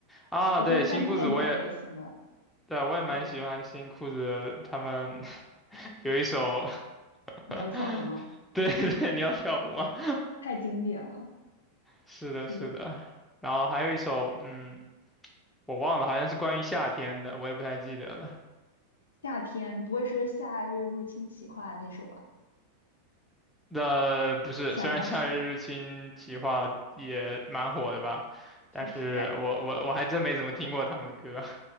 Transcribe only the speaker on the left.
和平饭店这种类型的。
对，
你要跳舞吗？
太经典了。
是的，
夏天不会说夏日入侵企划那首吧？
想要去，
是的，但